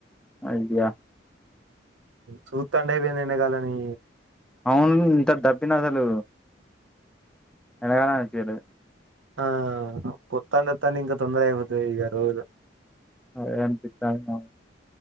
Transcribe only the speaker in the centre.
ఐడియా
అవును ఇంత దబ్బిన అసలు ఎనగానే అనిపియలే
అదే అనిపిత్తాండు